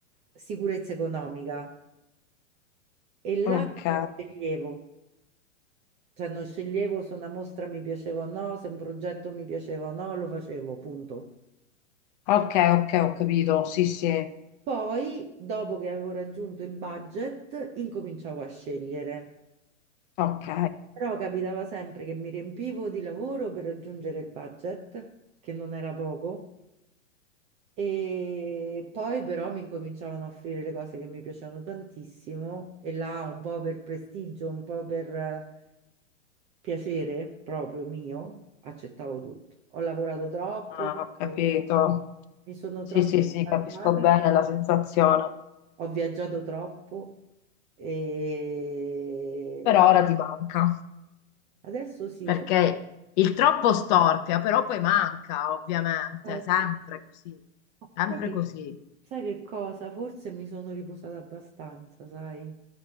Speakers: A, on the right; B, on the left.
A: sicurezza economica. E
B: ok.
A: là non sceglievo, cioè non sceglievo se una mostra mi piaceva o no, se un progetto mi piaceva o no, lo facevo, punto.
B: Ok, ok, ho capito. Sì, sì,
A: Poi, dopo che avevo raggiunto il budget, incominciavo a scegliere.
B: ok.
A: Però capitava sempre che mi riempivo di lavoro per raggiungere il budget, che non era poco, e poi però mi incominciavano a offrire le cose che mi piacevano tantissimo, e là un po' per prestigio, un po' per eh, piacere proprio mio, accettavo tutto. Ho lavorato troppo,
B: Ah, ho capito.
A: ho- mi sono
B: Sì,
A: troppo
B: sì, sì,
A: stancata,
B: capisco bene la sensazione.
A: ho viaggiato troppo e
B: Però ora ti manca,
A: adesso sì,
B: perché il troppo storpia, però poi manca, ovviamente,
A: forse...
B: sempre così,
A: Ma
B: sempre
A: Sai che,
B: così.
A: sai che cosa? Forse mi sono riposata abbastanza, sai?